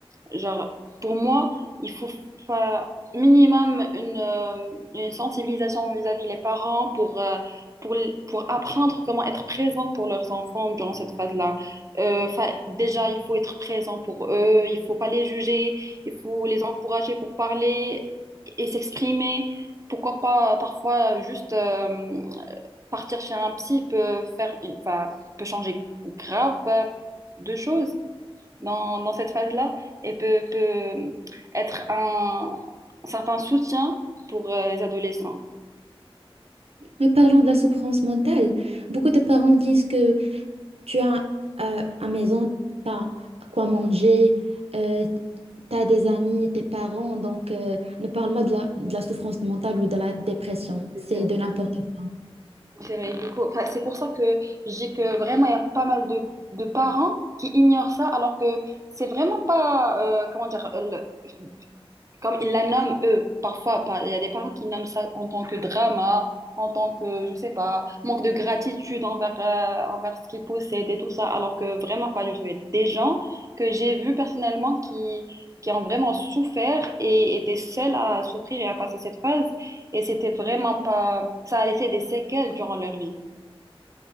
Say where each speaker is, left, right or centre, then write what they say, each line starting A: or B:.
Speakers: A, on the right (about 30°); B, on the right (about 85°).
A: genre, pour moi, il faut faire minimum une, euh, une sensibilisation vis-à-vis les parents pour, euh, pour, pour apprendre comment être présent pour leurs enfants durant cette phase-là. Euh, fa- déjà, il faut être présent pour eux, il faut pas les juger, il faut les encourager pour parler et s'exprimer. Pourquoi pas euh, parfois juste euh, partir chez un psy peut faire, enfin, peut changer grave euh, de choses dans, dans cette phase-là et peut, peut être un, un certain soutien pour euh, les adolescents.
B: Mais parlons de la souffrance mentale. Beaucoup de parents disent que tu as euh, à maison, t'as quoi manger, euh, T'as des amis, tes parents, donc euh, ne parle pas de la, de la souffrance mentale ou de la dépression.
A: C'est
B: C'est
A: vrai.
B: de n'importe quoi.
A: C'est vrai, du coup, enfin, c'est pour ça que je dis que vraiment, il y a pas mal de, de parents qui ignorent ça, alors que c'est vraiment pas, euh, comment dire, euh, le- comme ils la nomment eux, parfois, par- il y a des parents qui nomment ça en tant que drama, en tant que, je sais pas, manque de gratitude envers, euh, envers ce qu'ils possèdent et tout ça, alors que vraiment pas du tout. Il y a des gens que j'ai vus personnellement qui, qui ont vraiment souffert et étaient seuls à souffrir et à passer cette phase, et c'était vraiment pas, ça a laissé des séquelles durant leur vie.